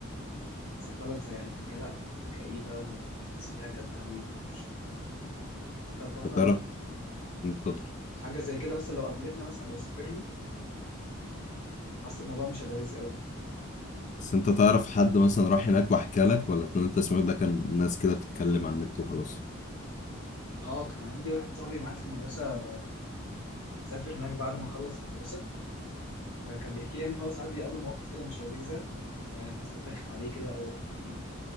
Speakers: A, on the left; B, on the left.
A: مثلا بلد زي ألمانيا لا بتبقى كئيبة والناس فيها جد قوي ومعرفش ايه انت مثلا
B: هتعرف انت شاطر
A: حاجة زي كده مثلا لو قابلتنا مثلا لو سافرنا حاسس الموضوع مش هيبقى لذيذ قوي
B: بس انت تعرف حد مثلا راح هناك وحكى لك ولا كل اللي انت سمعته ده كان ناس كده بتتكلم على النت وخلاص
A: اه كان عندي واحد صاحبي معايا في المدرسة سافر هناك بعد ما خلص المدرسة فكان بيحكي لي يعني ان هو ساعات بيقابله مواقف كده مش لذيذة آه، الناس بترخم عليه كده او يعني